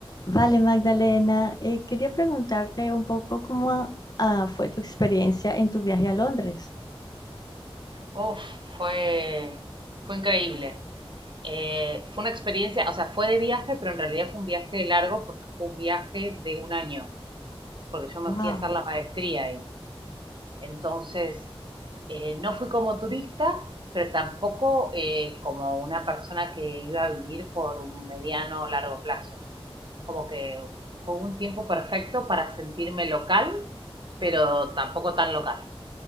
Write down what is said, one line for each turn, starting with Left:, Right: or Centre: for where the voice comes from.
Left: Vale, Magdalena, eh, quería preguntarte un poco cómo ah, fue tu experiencia en tu viaje a Londres.
Right: Uf, fue, fue increíble. Eh, fue una experiencia, o sea, fue de viaje, pero en realidad fue un viaje largo porque fue un viaje de un año, porque yo me
Left: Wow.
Right: fui a hacer la maestría ahí. Entonces, eh, no fui como turista, pero tampoco eh, como una persona que iba a vivir por un mediano o largo plazo. Como que fue un tiempo perfecto para sentirme local, pero tampoco tan local.